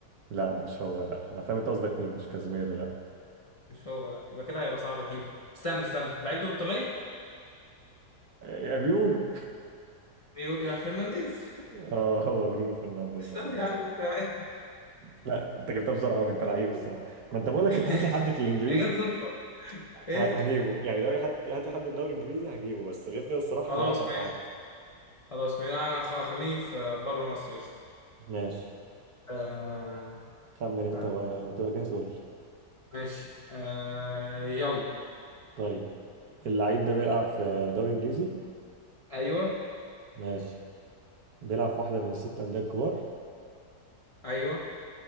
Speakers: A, on the right; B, on the left.
A: لا مش هو لا انا فاهم انت قصدك مين مش كازيميرو لا
B: مش هو لا يبقى كده هيبقى صعب اجيبه استنى استنى لعيب برتغالي
A: يا بيقولوا
B: بيقول يا فرنانديز
A: <laughs> اه هو برونو فرنانديز
B: <laughs> استنى
A: على رأيي
B: يا عم تمام
A: لا انت جبتها بسرعه قوي انت لعيب الصراحه ما انت بقول لك
B: <laughs>
A: انت هات لي حد في الانجليزي
B: يا جت صدفة ايه
A: ه- هجيبه يعني دوري حد هات لي حد في دوري انجليزي هجيبه بس غير كده الصراحه
B: خلاص
A: هعطل
B: ماشي
A: معاك
B: خلاص ماشي انا خ- خليني في بره مصر قشطة
A: ماشي
B: آه،
A: خمن انت
B: استنى
A: وما تبقى جاهز قول لي
B: ماشي آه، يلا
A: طيب اللعيب ده بيلعب في دوري انجليزي
B: ايوه
A: ماشي بيلعب في واحده من الست انديه الكبار
B: ايوه